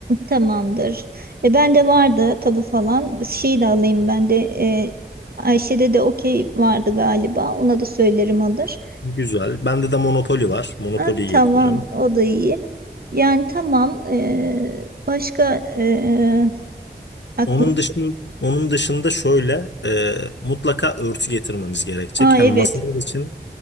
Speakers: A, on the right; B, on the left.
A: Tamamdır. E, ben de vardı tabu falan. Şeyi de alayım ben de. E, Ayşe'de de okey vardı galiba. Ona da söylerim alır.
B: Güzel. Bende de Monopoly var. Monopoly'yi
A: Ha, tamam
B: getiririm.
A: o da iyi. Yani tamam. e, başka e, aklına
B: Onun dışında onun dışında şöyle e, mutlaka örtü getirmemiz gerekecek.
A: Aa evet.
B: Hem masalar için